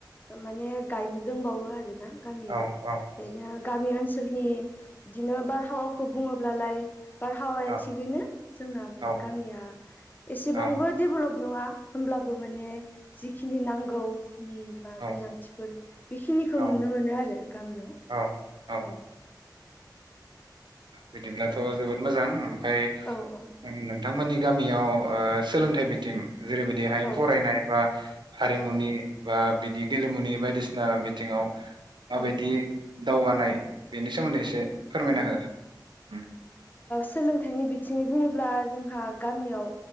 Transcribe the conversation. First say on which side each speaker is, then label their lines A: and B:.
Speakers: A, on the left (about 25°); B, on the right (about 85°).
A: ओ माने गायनो दोंबावो आरो ना गामियाव
B: औ औ
A: ओरैनो गामि ओनसोलनि बिदिनो बारहावाखौ बुङोब्लालाय बारहावाया
B: औ
A: थिगैनो जोंना माने
B: औ
A: गामिया एसेबांबो
B: औ
A: डेभलप नङा। होमब्लाबो माने जिखिनि नांगौ बा
B: औ
A: गोनांथिफोर बेखिनिखौ
B: औ
A: नुनो मोनो आरो गामियाव।
B: औ औ बिदिब्लाथ' जोबोद मोजां ओमफाय
A: औ औ।
B: नोंथांमोननि गामियाव सोलोंथाइ बिथिं जेरैबायदिहाय
A: औ
B: फरायनाय बा हारिमुनि
A: औ
B: बा बिदि गेलेमुनि बायदिसिना बिथिङाव
A: औ
B: माबायदि दावगानाय बेनि सोमोन्दै एसे फोरमायना
A: औ।
B: हो उम
A: सोलोंथाइनि बिथिङै बुङोब्ला जोंहा गामियाव